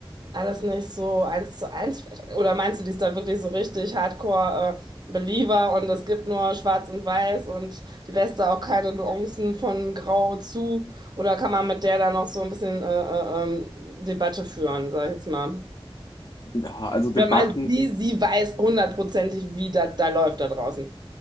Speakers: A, on the right; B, on the left.
A: alles nicht so eins zu eins vielleicht. Oder meinst du, die ist da wirklich so richtig Hardcore, äh, Believer und es gibt nur Schwarz und Weiß und die lässt da auch keine Nuancen von Grau zu? Oder kann man mit der da noch so ein bisschen äh, äh, ähm, Debatte führen, sag ich jetzt mal?
B: Ja, also Debatten
A: Wer meint sie, sie weiß hundertprozentig, wie das da läuft da draußen.